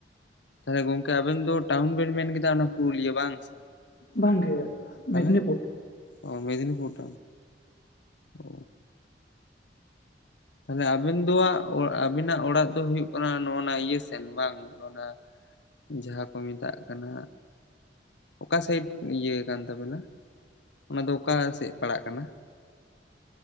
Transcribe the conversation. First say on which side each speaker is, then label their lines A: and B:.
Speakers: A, on the left; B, on the left.
A: ᱛᱟᱦᱞᱮ ᱜᱚᱢᱠᱮ ᱟᱵᱮᱱ ᱫᱚ ᱴᱟᱣᱩᱱ ᱵᱤᱱ ᱢᱮᱱ ᱠᱮᱫᱟ ᱚᱱᱟ ᱯᱩᱨᱩᱞᱤᱭᱟᱹ ᱵᱟᱝ ᱥᱮ
B: ᱵᱟᱝ ᱜᱮ
A: ᱛᱟᱦᱚᱞᱮ
B: ᱢᱮᱫᱽᱱᱤᱯᱩᱨ
A: ᱚ ᱢᱮᱫᱽᱱᱤ ᱯᱩᱨ ᱴᱟᱣᱩᱱ ᱚ ᱛᱟᱦᱞᱮ ᱟᱹᱵᱤᱱ ᱫᱚ ᱦᱟᱸᱦ ᱟᱹᱵᱤᱱᱟᱜ ᱚᱲᱟᱜ ᱫᱚ ᱦᱩᱭᱩᱜ ᱠᱟᱱᱟ ᱱᱚᱜᱼ ᱱᱟ ᱤᱭᱟᱹ ᱥᱮᱱ ᱵᱟᱝ ᱚᱱᱟ ᱡᱟᱦᱟᱸ ᱠᱚ ᱢᱮᱛᱟᱜ ᱠᱟᱱᱟ ᱚᱠᱟ ᱥᱟᱭᱤᱰ ᱤᱭᱟᱹ ᱠᱟᱱ ᱛᱟᱵᱮᱱᱟ ᱚᱱᱟ ᱫᱚ ᱚᱠᱟ ᱥᱮᱫ ᱯᱟᱲᱟᱜ ᱠᱟᱱᱟ